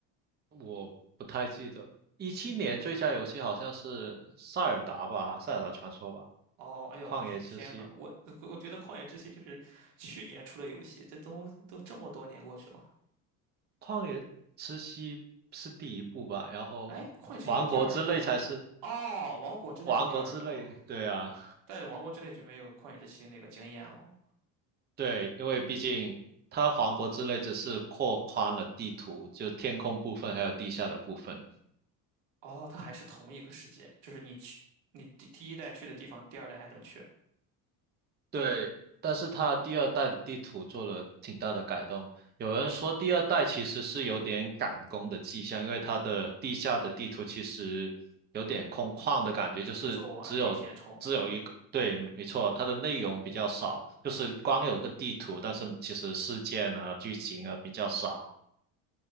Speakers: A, on the right; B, on the right.
A: 我不太记得。一七年最佳游戏好像是《塞尔达》吧，
B: 嗯。
A: 《塞尔达传说》吧，
B: 哦，哎呦，
A: 《旷野之息》。
B: 天呐，我我觉得《旷野之息》就是去年出的游戏，这都都这么多年过去了。
A: 旷野之息是第一部吧，然后王国之泪才是
B: 哎，《旷野之息》不是第二部吗？哦，《王国之泪》是第二部，
A: 王国之泪。对啊，
B: 但是《王国之泪》就没有《旷野之息》那个惊艳了。
A: 对，因为毕竟它王国之泪只是扩宽了地图，就天空部分还有地下的部分。
B: 哦，它还是同一个世界，就是你去你第第一代去的地方，第二代还能去，
A: 对，但是它第二代的地图做了挺大的改动。有人说第二代其实是有点赶工的迹象，因为它的地下的地图其实有点空旷的感觉，就是只有只有一个，
B: 没做完，没填充。
A: 对，没没错，它的内容比较少，就是光有个地图，但是其实事件啊、剧情啊比较少。